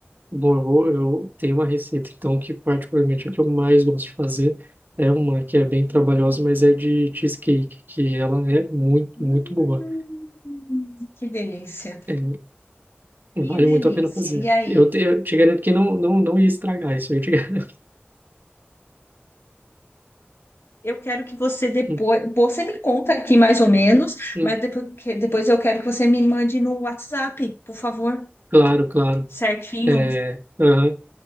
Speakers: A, on the right; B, on the left.
A: Bom, eu, vou- eu tenho uma receita, então, que particularmente é a que eu mais gosto de fazer é uma que é bem trabalhosa, mas é de cheesecake, que ela é muito,
B: Hum,
A: muito boa.
B: que delícia.
A: É,
B: Que
A: vale
B: delícia.
A: muito a pena fazer.
B: E aí?
A: Eu te, eu te garanto que não, não, não ia estragar isso aí, eu te garanto. <laughs>
B: Eu quero que você depois,
A: Hum,
B: você me conta aqui mais ou menos,
A: hum,
B: mas depois, depois eu quero que você me mande no WhatsApp, por favor.
A: Claro, claro.
B: Certinho.
A: É, aham.